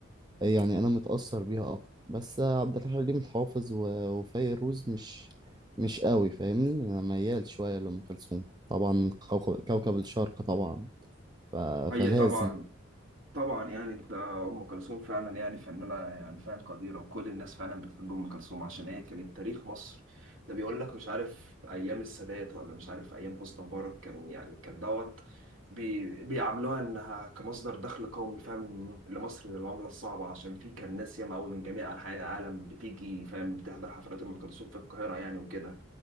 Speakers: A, on the right (about 20°); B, on the right (about 75°).
A: يعني انا متاثر بيها اكتر بس عبد الحليم حافظ و- وفيروز مش مش قوي فاهمني انا ميال شويه لام كلثوم طبعا كوكب كوكب الشرق طبعا ف...
B: هي
A: فلازم
B: طبعا طبعا يعني ده ام كلثوم فعلا يعني فنانه يعني فعلا قديره وكل الناس فعلا بتحب ام كلثوم عشان هي كانت تاريخ مصر ده بيقول لك مش عارف ايام السادات ولا مش عارف ايام حسني مبارك كان يعني كان دوت بي بيعاملوها انها كمصدر دخل قومي فاهم لمصر للعمله الصعبه عشان في كان ناس ياما قوي من جميع انحاء العالم بتيجي فاهم بتحضر حفلات ام كلثوم في القاهره يعني وكده